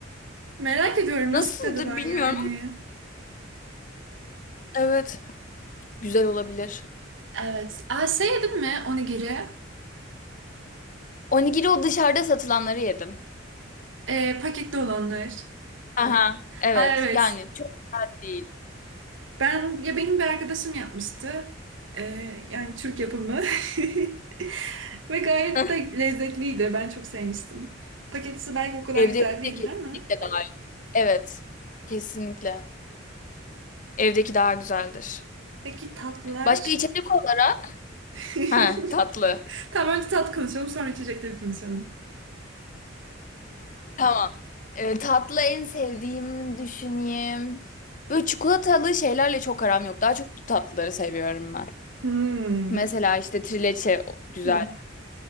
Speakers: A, on the right (about 70°); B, on the left (about 40°).
A: Merak ediyorum
B: Nasıldır
A: nasıl bir tadı var
B: bilmiyorum
A: yani.
B: ama evet güzel olabilir.
A: Evet. Aa, şey yedin mi onigiri?
B: Onigiri o dışarıda satılanları yedim.
A: E, paketli olanlar.
B: Aha, evet.
A: Ha evet.
B: Yani çok güzel değil.
A: Ben ya benim bir arkadaşım yapmıştı. E, yani Türk yapımı. <laughs> Ve gayet
B: <laughs>
A: de lezzetliydi. Ben çok sevmiştim. Paketisi belki o kadar
B: Evde
A: güzel
B: yapınca
A: değildir
B: kesinlikle
A: ama.
B: daha iyi. Evet. Kesinlikle. Evdeki daha güzeldir.
A: Peki tatlılar?
B: Başka içecek olarak?
A: <laughs>
B: Ha, tatlı.
A: Tamam önce tatlı konuşalım sonra içecekleri konuşalım.
B: Tamam. Ee, tatlı en sevdiğim düşüneyim. Böyle çikolatalı şeylerle çok aram yok. Daha çok tatlıları seviyorum ben.
A: Hmm.
B: Mesela işte trileçe o- güzel.
A: Hmm.